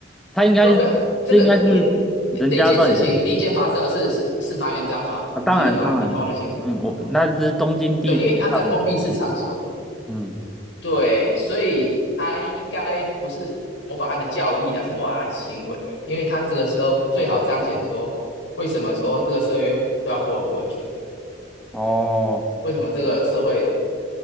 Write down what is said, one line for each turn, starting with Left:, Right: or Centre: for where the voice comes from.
Centre: 他应该是这应该是人家乱讲
Left: 不不这个因为。第一件事情，第一件发生的是是是麻原彰晃，你记得吗？
Centre: 啊，当然当然了，
Left: 你有看过那个新闻吗？
Centre: 嗯，我那是东京地铁上，
Left: 对，因为他在封闭式场所，
Centre: 哎嗯，
Left: 对，所以他应该不是模仿他的教义啊，是模仿他的行为，因为他这个时候最好彰显说，为什么说这个社会都要跟我隔绝，
Centre: 哦，
Left: 为什么这个社会